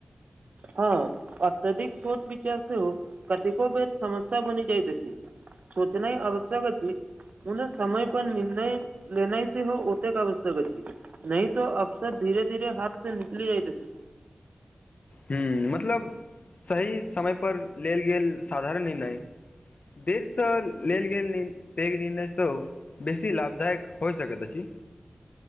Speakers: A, on the right; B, on the left.
A: हँ अत्यधिक सोच विचार सेहो कतेको बेर समस्या बनि जाइत अछि <inaudible> सोचनाइआवश्यक अछि पनो समय प निर्णय लेनाइ से हो ओतेक आवश्यकक अछि नहि तो अफसर धीरे धीरे हाथ से निकली इती अछि
B: हू मतलब सही समय पर लेल गेल साधारण निर्णय देर सए लेल गेल पैघ निर्णय सए बेसी लाभदायक होइ सक त छी